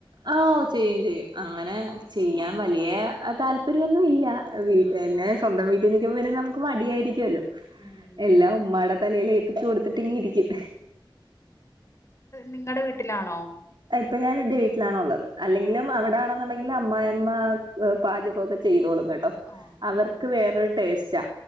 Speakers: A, on the right (about 60°); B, on the left (about 35°).
A: ആഹ് ഓ ചെയ്യും ചെയ്യും അങ്ങനെ
B: ഓഹ്
A: ചെയ്യാൻ വലിയ താല്പര്യോന്നും ഇല്ല എന്നെ
B: ആഹ്
A: സ്വന്തം വീട്ട് വെറുതെരിക്കുമ്പം നമുക്ക് മടിയായിരിക്കല്ലോ
B: ഉം
A: എല്ലാം ഉമ്മാടെ തലയിൽ ഏൽപ്പിച്ചു കൊടുത്തിട്ട് ഒതുങ്ങിയിരിക്കും
B: നിങ്ങളുടെ വീട്ടിലാണോ?
A: ആഹ് ഇപ്പൊ ഞാന്റെ വീട്ടിലാണുള്ളത് അല്ലെങ്കിലും
B: ആഹ്
A: അവിടെണെന്നുണ്ടെങ്കിലും- അമായിമ്മ പാചകംഒക്കെ ചെയ്തോളും കേട്ടോ-
B: ആഹ്
A: അവർക്ക്
B: അതുകൊണ്ട്
A: വേറൊരു
B: രസ-
A: ടേസ്റ്റാ